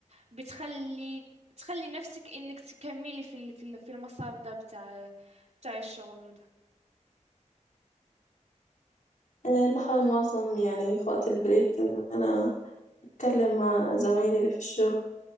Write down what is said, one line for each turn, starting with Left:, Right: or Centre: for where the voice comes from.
Right: بتخلي تخلي نفسك إنك تكملي في ال... في ال- في المسار ده بتاع بتاع الشغل وده
Left: أه بحاول أنظم يعني في وقت البريك إن أنا أتكلم مع زمايلي اللي في الشغل